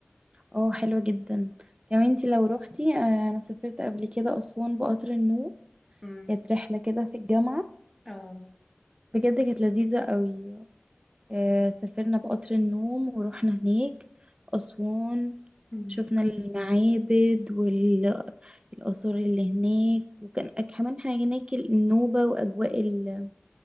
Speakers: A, on the right; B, in the centre.
A: اه حلوة جدا كمان انتي لو روحتي أه انا سافرت قبل كده اسوان بقطر النوم
B: امم
A: كانت رحلة كده في الجامعة
B: اه
A: بجد كانت لذيذة قوي آه، سافرنا بقطر النوم ورحنا هناك أسوان
B: مم.
A: شفنا المعابد والآثار اللي هناك وكان أك- كمان حاجة هناك النوبة وأجواء ال-